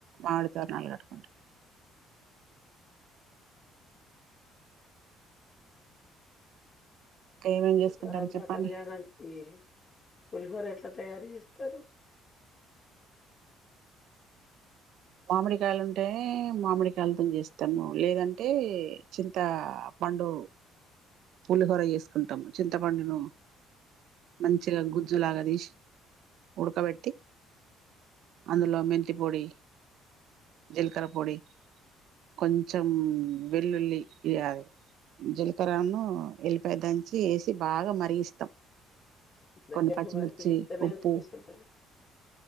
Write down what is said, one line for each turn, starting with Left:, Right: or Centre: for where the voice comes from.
Right: మామిడితోరుణలగట్టుకుంటే ఇంకా ఏమేం చేసుకుంటారు
Left: అదంట్ల
Right: చెప్పండి
Left: కళ్యాణానికి పులిహోర ఎట్లా తయారు చేస్తారు
Right: మామిడికాయలు ఉంటే మామిడికాయలతోని చేస్తాము లేదంటే చింత పండు పులిహోర చేసుకుంటాము చింతపండును మంచిగా గుజ్జులాగా తీసి ఉడకబెట్టి అందులో మెంతి పొడి జీలకర్ర పొడి కొంచెం వెల్లుల్లి ఇగ జీలకర ఉన్న వెళ్ళిపోయ దంచి వేసి బాగా మరిగిస్తాం
Left: దగ్గరికి
Right: కొన్ని పచ్చిమిర్చి
Left: మరి ఇస్తేనే
Right: ఉప్పు
Left: టేస్ట్ ఉంటది.